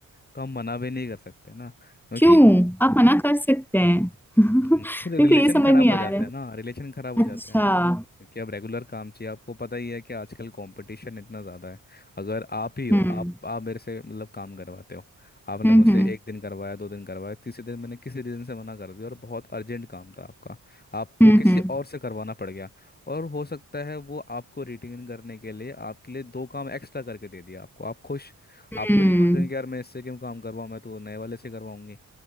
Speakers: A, on the left; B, in the centre.
A: तो हम मना भी नहीं कर सकते ना क्योंकि
B: क्यों आप मना कर सकते हैं <laughs> मेरे
A: हम्म, फिर रिलेशन
B: को ये समझ
A: खराब
B: नहीं
A: हो
B: आ
A: जाता
B: रहा
A: है ना रिलेशन खराब
B: है
A: हो जाता
B: अच्छा
A: है क्योंकि अब रेगुलर काम चाहिए आपको पता ही है कि आजकल कंपटीशन इतना ज़्यादा है अगर आप ही हो
B: हम्म
A: आप आप मेरे से मतलब काम करवाते हो आपने
B: हम्म
A: मुझसे
B: हम्म
A: एक दिन करवाया दो दिन करवाया तीसरे दिन मैंने किसी रीज़न से मना कर दिया और बहुत अर्जेंट काम था आपका आपको
B: हम्म
A: किसी
B: हम्म
A: और से करवाना पड़ गया और हो सकता है वो आपको रिटेन करने के लिए आपके लिए दो काम एक्स्ट्रा करके दे दिया आपको आप खुश
B: हम्म।
A: आप तो ये सोचेंगे कि यार मैं इससे क्यों काम करवाऊँ मैं तो नए वाले से करवाऊंगी